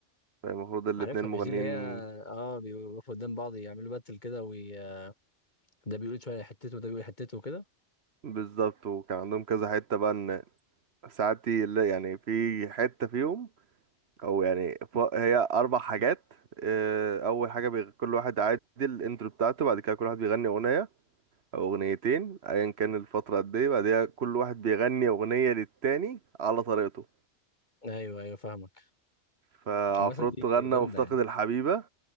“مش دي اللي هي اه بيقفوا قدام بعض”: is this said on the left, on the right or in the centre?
Left